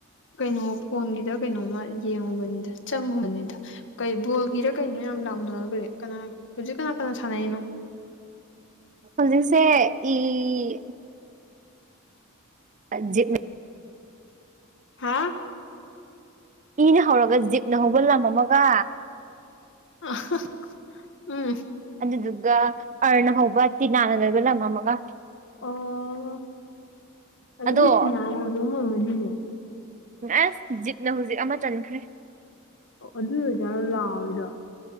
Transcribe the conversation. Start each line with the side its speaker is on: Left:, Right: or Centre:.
Left: ꯀꯩꯅꯣ ꯐꯣꯟꯒꯤꯗ ꯀꯩꯅꯣꯝꯃ ꯌꯦꯡꯉꯨꯕꯅꯤꯗ ꯆꯪꯉꯨꯕꯅꯤꯗ ꯀꯩ ꯕꯣꯜꯒꯤꯔ ꯀꯩꯅꯣ ꯌꯥꯝ ꯂꯥꯎꯅꯒ꯭ꯔꯦ ꯀꯅꯥ ꯍꯧꯖꯤꯛ ꯀꯅꯥ ꯀꯅꯥ ꯁꯥꯟꯅꯩꯅꯣ
Right: ꯍꯧꯖꯤꯛꯁꯦ ꯏꯢꯢ <unintelligible>
Left: ꯍꯥꯥ
Right: ꯏꯅ ꯍꯧꯔꯒ ꯖꯤꯞꯅ ꯍꯧꯕ ꯂꯝ ꯑꯃꯒ
Left: ꯑ <unintelligible> ꯎꯝ
Right: ꯑꯗꯨꯗꯨꯒ ꯑꯔꯅ ꯍꯧꯕ ꯇꯤꯅꯥꯅ ꯂꯣꯏꯕ ꯂꯝ ꯑꯃꯒ
Left: ꯑꯣ ꯑꯗꯨꯗꯤ
Right: ꯑꯗꯣ
Left: ꯇꯤꯅꯥꯗꯨꯝ ꯉꯝꯃꯅꯤꯅꯦ
Right: ꯑꯁ ꯖꯤꯞꯅ ꯍꯧꯖꯤꯛ ꯑꯃ ꯆꯟꯈ꯭ꯔꯦ
Left: ꯑꯣ ꯑꯗꯨꯏ ꯑꯣꯏꯖꯥꯔꯣ ꯂꯥꯎꯔꯤꯗꯣ